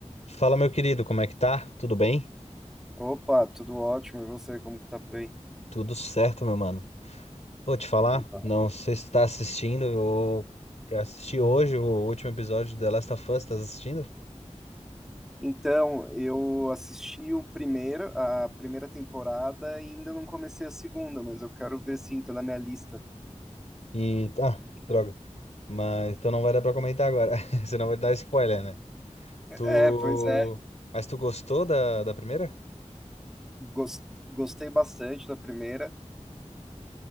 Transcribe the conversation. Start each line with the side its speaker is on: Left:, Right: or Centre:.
Left: Fala, meu querido, como é que tá? Tudo bem?
Centre: Opa, tudo ótimo. E você, como que tá por aí?
Left: Tudo certo, meu mano. Vou te falar,
Centre: Opa.
Left: não sei se tá assistindo, eu, eu assisti hoje o último episódio de The Last of Us, estás assistindo?
Centre: Então, eu assisti o primeiro, a primeira temporada e ainda não comecei a segunda, mas eu quero ver sim, tá na minha lista.
Left: E, ah, que droga. Mas, então não vai dar pra comentar agora, <laughs> senão vai dar spoiler, né?
Centre: É,
Left: Tu...
Centre: pois é.
Left: Mas tu gostou da, da primeira?
Centre: Gos- Gostei bastante da primeira.